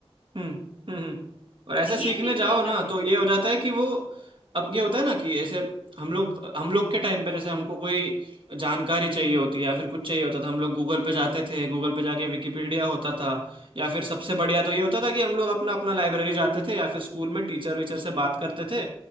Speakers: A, on the right; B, on the left.
A: हम्म हम्म हम्म। और ऐसे
B: तो ये
A: सीखने
B: चीजें
A: जाओ
B: हो
A: ना
B: जाती है
A: तो ये हो जाता है कि वो अब ये होता है ना कि ऐसे हम लोग हम लोग के टाइम पे जैसे हमको कोई जानकारी चाहिए होती है या फिर कुछ चाहिए होता था हम लोग गूगल पे जाते थे गूगल पे जाके विकिपीडिया होता था या फिर सबसे बढ़िया तो ये होता था कि हम लोग अपना अपना लाइब्रेरी जाते थे या फिर स्कूल में टीचर वीचर से बात करते थे